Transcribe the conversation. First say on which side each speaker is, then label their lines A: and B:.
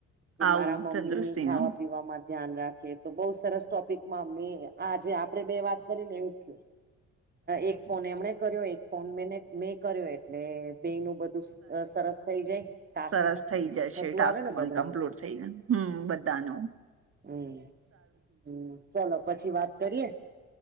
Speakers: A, on the right; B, on the right.
A: કે
B: આવું
A: મારા મમ્મી
B: તંદુરસ્તીનું
A: ખાવા પીવા માટે ધ્યાન રાખીએ તો બઉુ સરસ ટોપિકમાં અમે આજે આપે બે વાત કરી ને એવું જ છે એક ફોન એમણે કર્યો એક ફોન મે મેં કર્યો એટલે બે ન બધું સરસ થઈ જાય ટાસ્ક
B: સરસ થઈ જશે
A: થતું
B: ટાસ્ક
A: આવે ને
B: પણ
A: બધાનું
B: કમ્પ્લીટ થઈ જશે. હમ બધા ન
A: હમ હમ ચલોો પછી વાત કરીએ